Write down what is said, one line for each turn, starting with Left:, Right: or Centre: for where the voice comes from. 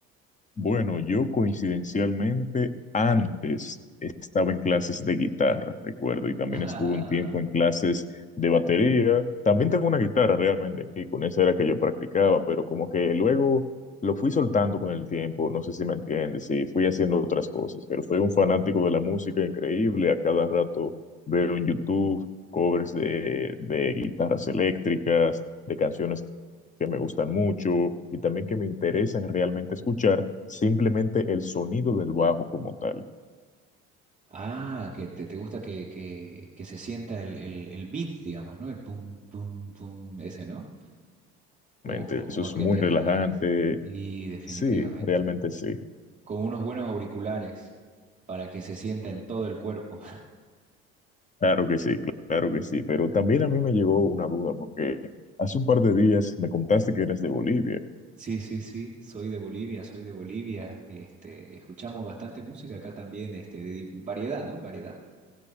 Left: Bueno, yo coincidencialmente antes estaba en clases de guitarra, recuerdo, y también
Right: <laughs>
Left: estuve un tiempo en clases de batería. También tengo una guitarra realmente aquí, con esa era que yo practicaba, pero como que luego lo fui soltando con el tiempo, no sé si me entiendes, y fui haciendo otras cosas, pero soy un fanático de la música increíble, a cada rato veo en YouTube covers de, de guitarras eléctricas, de canciones que me gustan mucho y también que me interesan realmente escuchar, simplemente el sonido del bajo como tal.
Right: Ah, ah, que te, te gusta que, que, que se sienta el, el, el beat, digamos, ¿no? El pum, pum, pum, ese, ¿no? ¿O,
Left: Realmente,
Right: o,
Left: Eso
Right: o
Left: es
Right: a qué
Left: muy
Right: te
Left: relajante.
Right: refieres? Sí, definitivamente.
Left: Sí, realmente sí.
Right: Con unos buenos auriculares para que se sienta en todo el cuerpo.
Left: Claro que sí, claro que sí. Pero también a mí me llegó una duda porque hace un par de días me contaste que eres de Bolivia,
Right: Sí, sí, sí, soy de Bolivia, soy de Bolivia. Este, escuchamos bastante música acá también, este, de di- variedad, ¿no? Variedad.